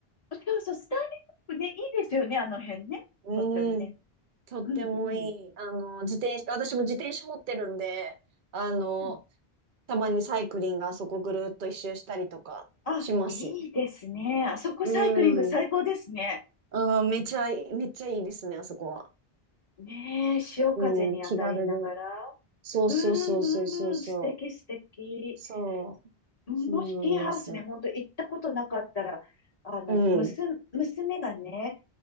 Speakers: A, on the left; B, on the right.
A: そうそう、スターリングね、いいですよね、あの辺ね。
B: うん。
A: とってもね。
B: とってもいい。
A: うんうん。
B: あの、自転車、私も自転車持ってるんで、あの、
A: うん。
B: たまにサイクリングあそこぐるっと一周したりとかします。
A: あ、いいですね。あそこサイクリング最高ですね。
B: うん。あー、めちゃいい、めっちゃいいですね、あそこは。
A: ねえ、潮風に当たりながら。
B: うん、気軽で。そうそうそうそうそうそう。
A: うんうんうん、素敵素敵。
B: そう、
A: うんもしティーハウスね、
B: そうなんです。
A: ほんと行ったことなかったら、あの、
B: うん。
A: 娘娘がね、